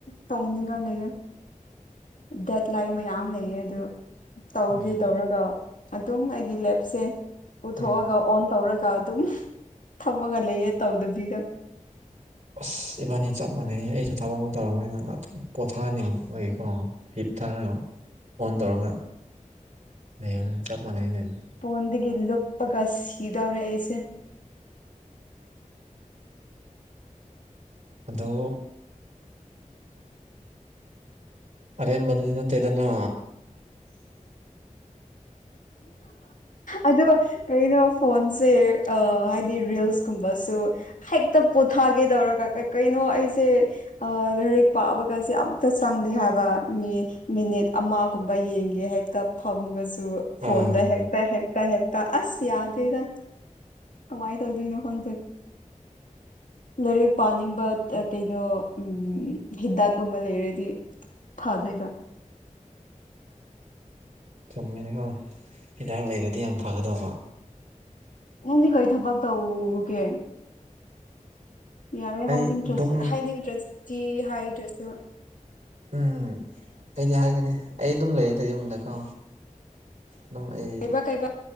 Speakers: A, on the left; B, on the right.
A: ꯇꯧꯅꯤꯡꯉꯥꯏ ꯂꯩꯌꯦ ꯗꯦꯠ ꯂꯥꯏꯟ ꯃꯌꯥꯝ ꯂꯩꯌꯦ ꯑꯗꯨ ꯇꯧꯒꯦ
B: ꯎꯝ
A: ꯇꯧꯔꯒ ꯑꯗꯨꯝ ꯑꯩꯒꯤ ꯂꯦꯞꯁꯦ ꯄꯨꯊꯣꯛꯑꯒ
B: ꯎꯝ
A: ꯑꯣꯟ ꯇꯧꯔꯒ ꯑꯗꯨꯝ ꯐꯝꯃꯒ ꯂꯩꯌꯦ ꯇꯧꯗꯕꯤꯗꯥ
B: ꯑꯁ ꯏꯕꯥꯅꯤ ꯆꯞ ꯃꯥꯟꯅꯩ ꯑꯩꯁꯨ ꯊꯕꯛ ꯑꯃ ꯇꯧꯔꯝꯃꯅꯤ ꯉꯍꯥꯛꯇꯪ ꯄꯣꯊꯥꯍꯅꯤꯡꯕꯒꯤꯀꯣ ꯍꯤꯞ ꯊꯥꯔꯒ ꯑꯣꯟ ꯇꯧꯔꯒ ꯂꯩꯌꯣꯅꯤ ꯆꯞ ꯃꯥꯟꯅꯩꯅꯦꯅꯤ
A: ꯐꯣꯟꯗꯒꯤ ꯂꯨꯞꯄꯒ ꯁꯤꯗꯧꯔꯦ ꯑꯩꯁꯦ
B: ꯑꯗꯣ ꯑꯔꯦꯝ ꯃꯗꯨꯗ ꯅꯠꯇꯦꯗꯅꯥ
A: ꯑꯗ ꯀꯩꯅꯣ ꯐꯣꯟꯁꯦ ꯍꯥꯏꯗꯤ ꯔꯤꯜꯁꯀꯨꯝꯕꯁꯨ ꯍꯦꯛꯇ ꯄꯣꯊꯥꯒꯦ ꯇꯧꯔꯒ ꯀꯩꯅꯣ ꯑꯩꯁꯦ ꯑ ꯂꯥꯏꯔꯤꯛ ꯄꯥꯕꯒꯁꯦ ꯑꯃꯇ ꯆꯪꯗꯦ ꯍꯥꯏꯕ ꯃꯤ ꯃꯤꯅꯤꯠ ꯑꯃꯒꯨꯝꯕ ꯌꯦꯡꯒꯦ ꯍꯦꯛꯇ ꯐꯝꯃꯒꯁꯨ ꯐꯣꯟꯗ
B: ꯑꯥ
A: ꯍꯦꯛꯇ ꯍꯦꯛꯇ ꯍꯦꯛꯇ ꯑꯁ ꯌꯥꯗꯦꯗꯥ ꯀꯃꯥꯏ ꯇꯧꯗꯣꯏꯅꯣ ꯈꯪꯗꯦ ꯂꯥꯏꯔꯤꯛ ꯄꯥꯅꯤꯡꯕ ꯀꯩꯅꯣ ꯎ ꯍꯤꯗꯥꯛꯀꯨꯝꯕ ꯂꯩꯔꯗꯤ ꯐꯥꯗꯣꯏꯕ
B: ꯆꯨꯝꯃꯦꯅ ꯈꯪ ꯍꯤꯗꯥꯛ ꯂꯩꯔꯗꯤ ꯌꯥꯝ ꯐꯒꯗꯧꯕ
A: ꯅꯪꯗꯤ ꯀꯩ ꯊꯕꯛ ꯇꯧꯒꯦ ꯌꯥꯔꯦ
B: ꯑꯩ
A: ꯍꯥꯏꯅꯤꯡꯗ꯭ꯔꯁꯨ
B: ꯑꯗꯨꯝ
A: ꯍꯥꯏꯅꯤꯡꯗ꯭ꯔꯗꯤ ꯍꯥꯏꯗ꯭ꯔꯁꯨ
B: ꯎꯝ ꯑꯩꯗꯤ ꯍꯥꯏꯒꯅꯤ ꯑꯩ ꯑꯗꯨꯝ ꯂꯩꯌꯦꯗ ꯌꯨꯝꯗꯀꯣ ꯑꯗꯨꯝ ꯑꯩ
A: ꯀꯩꯕ ꯀꯩꯕ